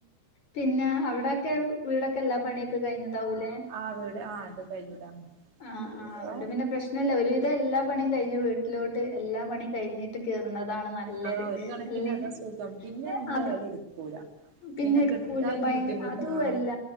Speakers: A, on the left; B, on the right.
A: പിന്നെ അവിടൊക്കെ- വീടൊക്കെല്ലാ പണിയൊക്കെ കഴിഞ്ഞോ ണ്ടാവുലെ
B: ആഹ് വീട് ആഹ് അത് കഴിഞ്ഞതാണ്
A: ആ ആ
B: അപ്പൊ
A: അതോണ്ട് പിന്നെ പ്രശ്നല്ല ഒരു വിധം എല്ലാ- പണി കഴിഞ്ഞ വീട്ടിലോട്ട് എല്ലാ പണിയും- കഴിഞ്ഞിട്ട് കയറുന്നത്ത് ഇതാണ് നല്ലത്
B: ആഹ് ഒരു കണക്കിന്
A: അല്ലെങ്കി
B: അതാ സുഖം പിന്നെ എന്തായാലും
A: അത്
B: എടുക്കൂല
A: പിന്നെ ഇടുക്കൂല്ല
B: കെടുത്താലും
A: ഭയ
B: ബുദ്ധിമുട്ടാ
A: അതൊല്ല
B: ആഹ്